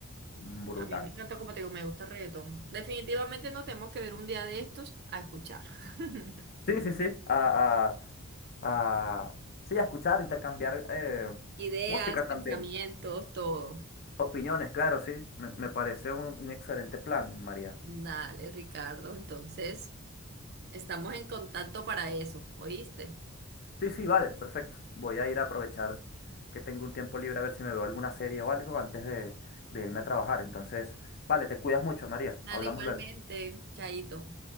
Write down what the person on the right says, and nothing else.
A mí me encantó, como te digo, me gusta el reggaetón. Definitivamente nos tenemos que ver un día de estos a escuchar. <laughs>
Ideas,
pensamientos,
todo.
Dale, Ricardo. Entonces, estamos en contacto para eso, ¿oíste?
Dale,
igualmente,
Chaito.